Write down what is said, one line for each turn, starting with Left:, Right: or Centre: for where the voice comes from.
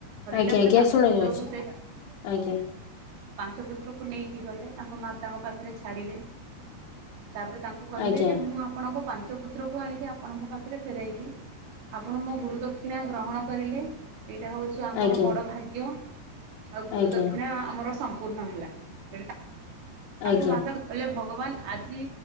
Right: ହରାଇଲା
Left: ଆଜ୍ଞା
Right: ପରେ
Left: ଆଜ୍ଞା
Right: ପାଞ୍ଚ
Left: ଶୁଣା
Right: ପୁତ୍ରକୁ
Left: ଯାଉଛି
Right: ସେ
Left: ଆଜ୍ଞା
Right: ପାଞ୍ଚ ପୁତ୍ରକୁ ନେଇକି ଗଲେ ତାଙ୍କ ମାତାଙ୍କ ପାଖରେ ଛାଡ଼ିଲେ ତାପରେ ତାଙ୍କୁ
Left: ଆଜ୍ଞା
Right: କହିଲେ ଯେ ମୁଁ ଆପଣଙ୍କ ପାଞ୍ଚ ପୁତ୍ରକୁ ଆଣିକି ଆପଣଙ୍କ ପାଖରେ ଫେରାଇଲି ଆପଣ ମୋ ଗୁରୁ ଦକ୍ଷିଣା ଗ୍ରହଣ କରିଲେ ଏଇଟା ହଉଛି ଆମର
Left: ଆଜ୍ଞା ଆଜ୍ଞା
Right: ବଡ଼ ଭାଗ୍ୟ ଆଉ ଗୁରୁ
Left: ଆଜ୍ଞା
Right: ଦକ୍ଷିଣା ଆମର ସମ୍ପୂର୍ଣ୍ଣ ହେଲା ସେଟି ତା ତାଙ୍କ
Left: ଆଜ୍ଞା
Right: ମାତା କହିଲେ ଭଗବାନ ଆଜି